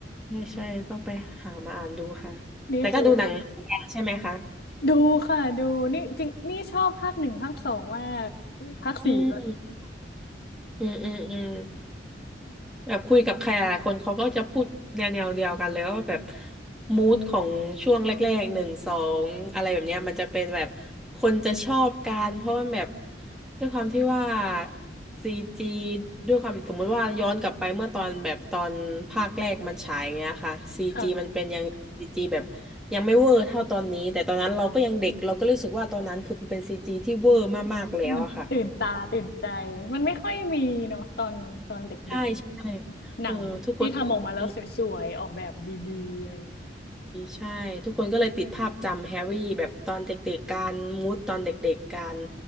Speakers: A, in the centre; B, on the left.
A: ใช่ใช่ต้องไปหามาอ่านดูค่ะแต่ก็ดูหนังเหมือนกันใช่ไหมคะ
B: นี่คือดูค่ะดูนี่จริงนี่ชอบภาคหนึ่งภาคสองมากภาคสี่ด้วย
A: อืม อืมอืมอืมแบบคุยกับใครหลายคนเขาก็จะพูดแนวแนวเดียวกันแล้วว่าแบบมูดของช่วงแรกๆหนึ่งสองอะไรแบบเนี้ยมันจะเป็นแบบคนจะชอบกันเพราะมันแบบด้วยความที่ว่าซีจีด้วยความสมมุติว่าย้อนกลับไปเมื่อตอนแบบตอนภาคแรกมันฉายอย่างเงี้ยค่ะซีจีมันเป็นยังซีจีแบบ
B: ค่ะ
A: ยังไม่เวอร์เท่าตอนนี้แต่ตอนนั้นเราก็ยังเด็กเราก็รู้สึกว่าตอนนั้นคือมันเป็นซีจีที่เวอร์มากๆแล้วอะค่ะ
B: มันตื่นตาตื่นใจมันไม่ค่อยมีเนาะตอนตอนเด็ก
A: ใช่ใช่
B: ๆหนังที่ทำออกมาแล้วสวยๆออกแบบดีๆอะไรอย่างเงี้ย
A: เออทุกคนอืมใช่ทุกคนก็เลยติดภาพจำแฮร์รี่แบบตอนเด็กๆกันมูดตอนเด็กๆกัน